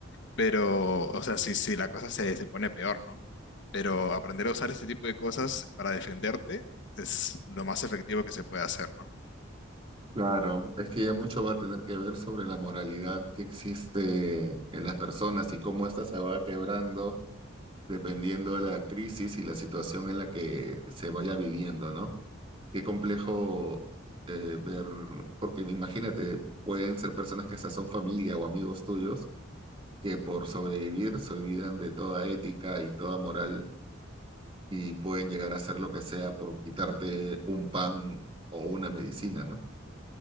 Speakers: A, on the left; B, on the right.
A: Pero, o sea, sí, sí, la cosa se, se pone peor, ¿no? Pero aprender a usar este tipo de cosas para defenderte es lo más efectivo que se puede hacer, ¿no?
B: Claro, es que ya mucho va a tener que ver sobre la moralidad que existe en las personas y cómo ésta se va quebrando dependiendo de la crisis y la situación en la que se vaya viviendo, ¿no? Qué complejo eh, ver, porque imagínate, pueden ser personas que hasta son familia o amigos tuyos que por sobrevivir se olvidan de toda ética y toda moral y pueden llegar a hacer lo que sea por quitarte un pan o una medicina, ¿no?